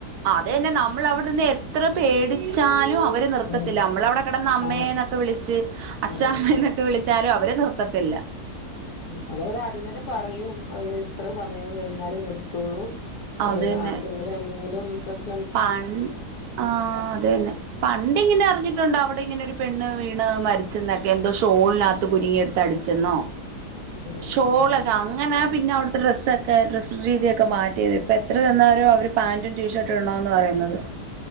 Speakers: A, on the right (about 70°); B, on the left (about 70°).
A: അതേന്നെ നമ്മള് അവിടുന്ന് എത്ര പേടിച്ചാലും അവ് ഒരു നൃത്തത്തില്ല
B: ഉം
A: നമ്മള അവിടെ കിടന്ന അമ്മയന്നൊക്കെ
B: ആഹ്
A: വിളിച്ച് അച്ഛാമ്മന്നൊക്കെ
B: ആഹ്
A: വിളിച്ചാലും അവരെ നർത്തത്തില്ല
B: അതവര് ആദ്യം തന്നെ പറയും എത്ര സമയം കഴിഞ്ഞാലേ നിർത്തുള്ളൂ
A: അത്
B: അത്‌
A: തന്നെ
B: ആർക്കെങ്കിലും എന്തെങ്കിലും പ്രശ്ന
A: പൺ ആ അത് തന്നെ പണ്ട് ഇങ്ങനെ അറിഞ്ഞിട്ടുണ്ടാ അവിടെ ഇങ്ങനെ ഒരു പെണ് വീണ് മരിച്ചെന്നൊക്കെ എന്തോ ഷോളിനകത്ത് കുരുങ്ങിയ എടുത്ത് അടിച്ചെന്നോ
B: ഉം
A: ഷോളൊക്കെ
B: ഉം
A: അങ്ങനാ പിന്നെ അവിടുത്തെ ഡ്രസ് ഒക്കെ ഡ്രസ് രീതിയൊക്കെ മാറ്റിയത് ഇപ്പപ്പോ എത്ര തന്നാലരും അവ പാന്റും ടീഷർട്ടും <unintelligible> പറയുന്നത്